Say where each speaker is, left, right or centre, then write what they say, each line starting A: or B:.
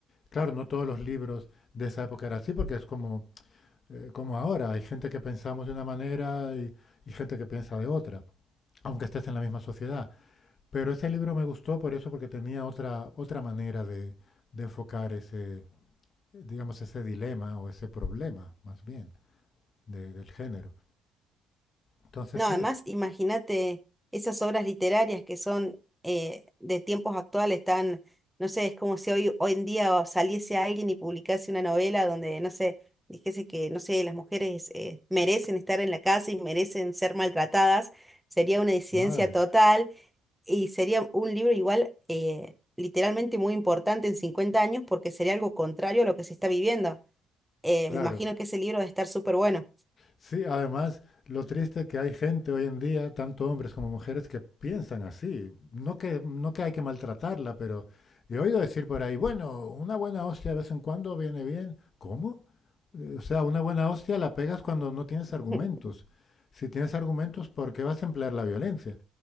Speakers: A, on the left; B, in the centre.
A: Claro, no todos los libros de esa época eran así, porque es como, eh, como ahora. Hay gente que pensamos de una manera y, y gente que piensa de otra, aunque estés en la misma sociedad. Pero ese libro me gustó por eso, porque tenía otra, otra manera de, de enfocar ese, digamos, ese dilema o ese problema, más bien, de- del género. Entonces
B: No,
A: sí,
B: además,
A: es,
B: imagínate esas obras literarias que son eh, de tiempos actuales tan, no sé, es como si hoy, hoy en día saliese alguien y publicase una novela donde, no sé, dijese que, no sé, las mujeres eh, merecen estar en la casa y merecen ser maltratadas, sería una disidencia
A: madre,
B: total y sería un libro igual eh, literalmente muy importante en 50 años porque sería algo contrario a lo que se está viviendo. Eh,
A: claro.
B: me imagino que ese libro va a estar súper bueno.
A: Sí, además, lo triste que hay gente hoy en día, tanto hombres como mujeres, que piensan así. No que, no que hay que maltratarla, pero he oído decir por ahí, bueno, una buena hostia de vez en cuando viene bien. ¿Cómo? Eh, O sea, una buena hostia la pegas cuando no tienes argumentos.
B: <laughs>
A: Si tienes argumentos, ¿por qué vas a emplear la violencia?